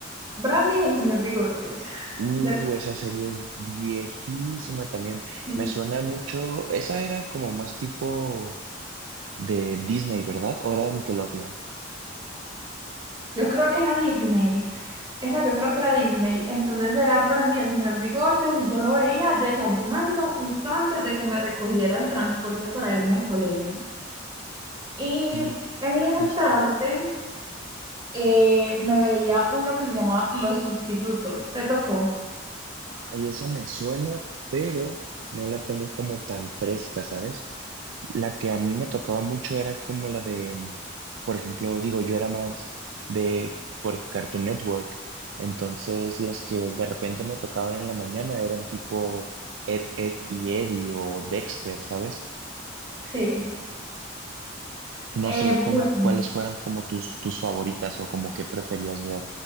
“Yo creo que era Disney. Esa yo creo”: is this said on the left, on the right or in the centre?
Right